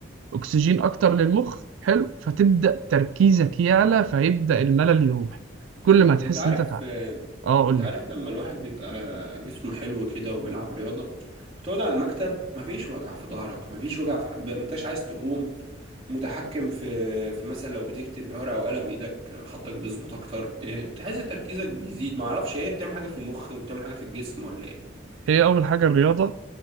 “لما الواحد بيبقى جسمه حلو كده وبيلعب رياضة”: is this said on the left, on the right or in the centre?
Right